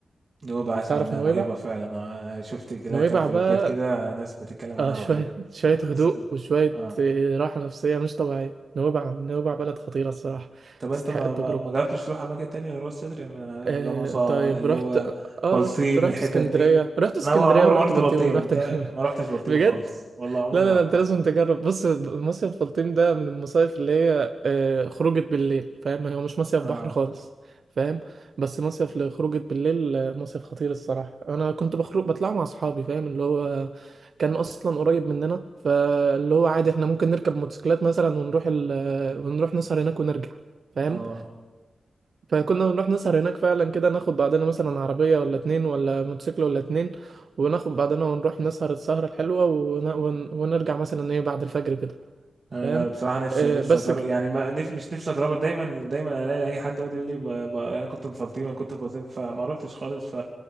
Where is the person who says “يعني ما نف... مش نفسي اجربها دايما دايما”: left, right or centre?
Right